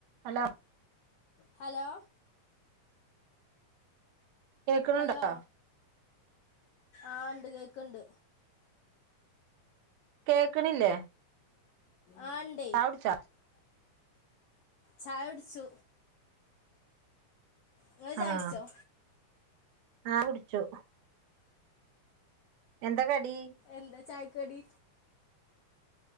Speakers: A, on the right; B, on the left.
A: hello
B: hello
A: കേക്കണുണ്ടോ
B: Hello ആഹ്ണ്ട് കേക്ണ്ട്
A: കേക്കണില്ലേ
B: ആഹ് ഇണ്ടെ
A: ചായ കുടിച്ചോ
B: ചായൊട്ച്ചു ഇങ്ങള്
A: ആഹ്
B: ചായൊട്ച്ചൊ?
A: ആഹ് കുടിച്ചു എന്താ കടി?
B: എന്താ ചായക്കടി?